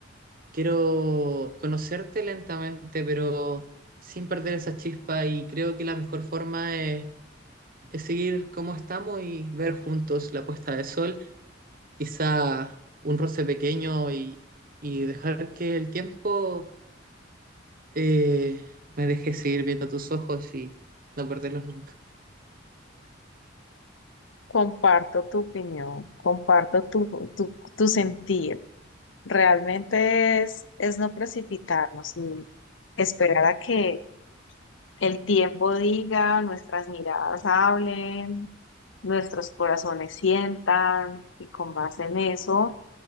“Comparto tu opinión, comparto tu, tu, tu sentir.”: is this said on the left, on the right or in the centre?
Left